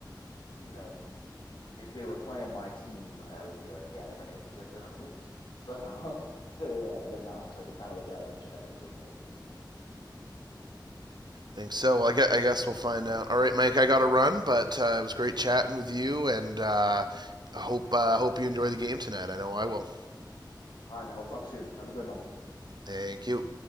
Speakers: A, on the left; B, on the right.
A: you know, if they were playing my team, I would be like, yeah, they're gonna they're they're gonna lose, <laughs> but uh, they're uh, they're not. So I could kind of look at it objectively, maybe.
B: think so. Well, I guess, I guess we'll find out. All right, Mike. I got to run, but uh, it was great chatting with you, and uh, I hope uh, hope you enjoy the game tonight. I know I will.
A: All right, man. We'll talk soon. Have a good one.
B: Thank you.